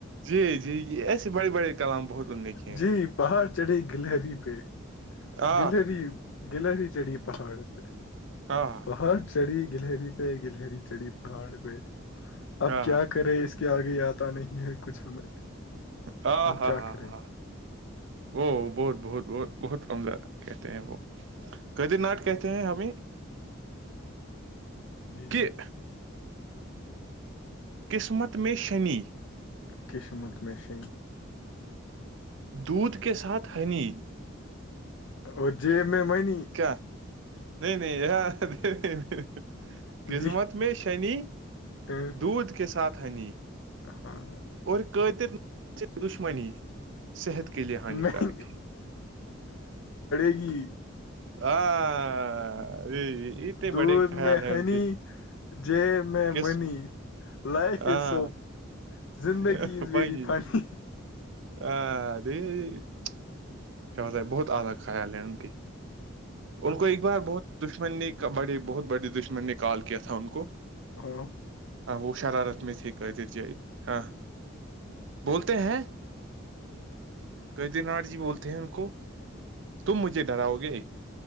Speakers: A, on the right; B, on the left.
A: جی جی ایسے بڑے بڑے کلام بہت نے کیے
B: جی
A: ہیں
B: پہاڑ چڑھھی گلہری پہ
A: آ
B: گلری گلری چڑے پہاڑ پ
A: ہاں
B: پہاڑ چڑھی گلری پہ گلری چڑھی پہاڑ پہ اب
A: ہاں
B: کیا
A: ہاں
B: کرے اس کہ آگے آتا نہیں ہے کچھ ہمیں
A: ہاں
B: ہم
A: ہاں
B: کیا
A: ہاں
B: کریں
A: ہاں وہو بہت بہت بہت بہت عمدہ کہتے ہیں وہ کد ناٹ کہتے ہیں ہمیں
B: جی
A: کہ قسمت میں شنی
B: قشمت مشن
A: دودھ کے ساتھ ہنی
B: اور میں منی
A: کیا نہیں نہیں قسمت
B: جی
A: میں شنی
B: اہ،
A: دودھ کے ساتھ ہنی
B: ہاں
A: اور قطر دشمنی صحت کے لیے ہانیکارک
B: مہنگ
A: ہے
B: جی
A: ہاں اتنے
B: دھ
A: بڑے خیال
B: میں
A: ہے
B: ہنی
A: ان کی
B: جی میں
A: کس
B: منی لائف
A: ہاں
B: از سو زندگی
A: وہی
B: از ویری فنی
A: آ اد <unintelligible> کیا ہوتا ہے بہت اعھا خیال ہے ان کے ان کو ایک بار بہت دشمن نے بڑے بہت بڑے دشمن نے کال کیا تھا ان کو
B: ہاں
A: وہ شرارت میت قدر ہاں بولتے ہیں قید ناتھ جی بولتے ہیں ان کو تم مجھے ڈرا گے